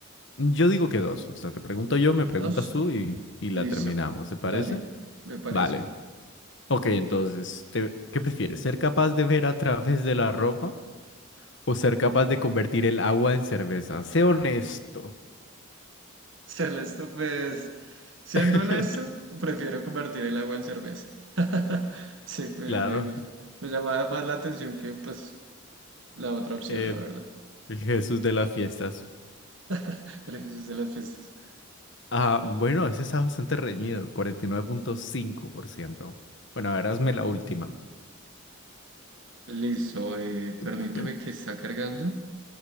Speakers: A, on the left; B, on the right.
A: Yo digo que dos. O sea, te pregunto yo, me preguntas
B: Dos.
A: tú y, y
B: Listo.
A: la terminamos, ¿se parece?
B: Dale, me parece.
A: Vale. Ok, entonces, te- ¿qué prefieres? ¿Ser capaz de ver a través de la ropa o ser capaz de convertir el agua en cerveza? Sé honesto.
B: Ser pues, siendo
A: <laughs>
B: honesto, prefiero convertir el agua en cerveza. <laughs> Sí, me,
A: Claro,
B: ll- me gusta. Me llamaba más la atención que, pues, la otra opción,
A: eh,
B: la verdad.
A: el Jesús de las fiestas.
B: <laughs> El Jesús de las fiestas.
A: Ah,
B: Li-
A: bueno, ese está bastante reñido, cuarenta y nueve punto cinco por ciento. Bueno, ahora hazme la última.
B: Listo, eh, permíteme
A: <clears throat>
B: que está cargando.